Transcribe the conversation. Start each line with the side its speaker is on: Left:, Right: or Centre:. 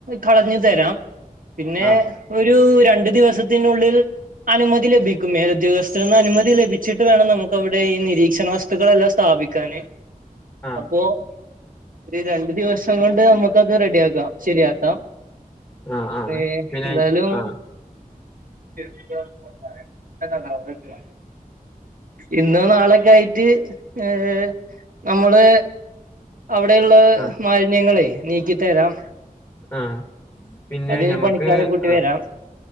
Right: കളഞ്ഞു തരാം പിന്നെ
Left: ആഹ്
Right: ഒരു രണ്ടു ദിവസത്തിനുള്ളിൽ അനുമതി ലഭിക്കും മേല ഉദ്യോഗസ്ഥരിൽ നിന്ന് അനുമതി ലഭിച്ചിട്ട് വേണം നമ്മുക്ക് അവിടെ ഈ നി നിരീക്ഷണ വസ്തുക്കളെല്ലാം സ്ഥാപിക്കാന്
Left: ആഹ്
Right: അപ്പോ ഒരു രണ്ടു ദിവസം കൊണ്ട് നമ്മുക്കത് റെഡിയ ആക്കാം ശരിയാക്കാം.
Left: ആഹ് ആഹ്
Right: ഏഹ്
Left: പിന്നെ
Right: എന്താലും
Left: ആഹ്
Right: <unintelligible> ഇന്നോ നാളൊക്കെ ആയിട്ട് ഏഹ് നമ്മള് അവിടെയുള്ള
Left: ആഹ്
Right: മാലിന്യങ്ങളെ നീക്കി തരാം.
Left: ആഹ് പിന്നെ
Right: അതിന്
Left: ഞമ്മക്ക്
Right: പണിക്കാരെ കൂട്ടി
Left: ആഹ്
Right: വരാം